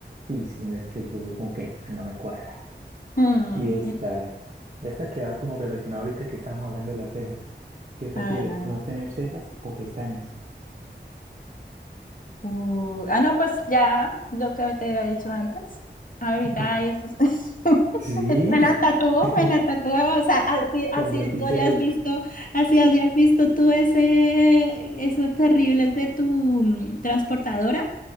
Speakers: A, on the right; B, on the left.
A: Uy, si no es que como, como que no, no me cuadra.
B: Mm,
A: Y esta, a ver, esta que va como relacionada ahorita que estamos hablando de las cejas. ¿Qué prefieres,
B: A ver, a ver.
A: no tener cejas o pestañas?
B: Uh, ah, no, pues ya lo que te había dicho antes. Ahorita
A: <laughs>
B: hay esos. <laughs>
A: Sí,
B: Me la tatuó,
A: <laughs>
B: me la tatuó. O sea, así,
A: con
B: así
A: lapicero.
B: tú hayas visto, así hayas visto tú ese, esos terribles de tu mm, transportadora.